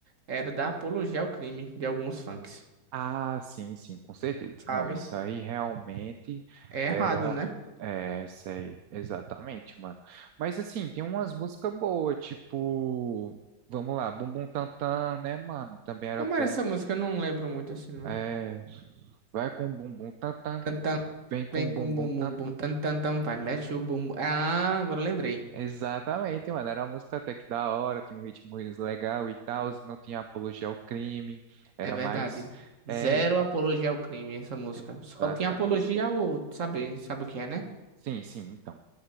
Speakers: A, on the right; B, on the right.
A: era da apologia ao crime de alguns funks,
B: Ah, sim, sim, com certeza.
A: sabe?
B: Não, isso aí realmente
A: É
B: era.
A: errado, né?
B: É, sei, exatamente, mano. Mas assim, tem umas músicas boas, tipo. Vamos lá, Bum Bum Tantan, né, mano? Também era
A: Como
B: bom.
A: era essa música? Eu não lembro muito assim, não.
B: É, vai com Bum Bum Tantan,
A: Tantan,
B: vem com
A: vem
B: Bum
A: com
B: Bum
A: bum
B: Tantan.
A: bum bum, tan tan tan, vai, mete o bum. bum. Ah, agora eu lembrei.
B: Exatamente, mano. Era uma música até que da hora, tinha um ritmo legal e tal, não tinha apologia ao crime, era
A: É verdade.
B: mais. É,
A: Zero apologia ao crime essa música.
B: exatamente.
A: Só tinha apologia ao saber, sabe o que é, né?
B: Sim, sim, então.